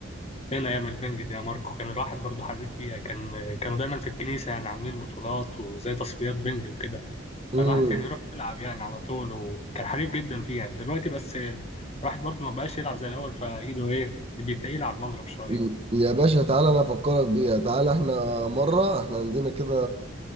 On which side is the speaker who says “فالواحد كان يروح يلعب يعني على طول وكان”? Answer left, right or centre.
Left